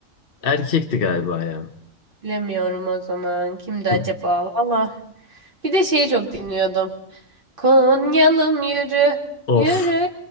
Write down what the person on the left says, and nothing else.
Erkekti galiba ya.
Hı.
Of.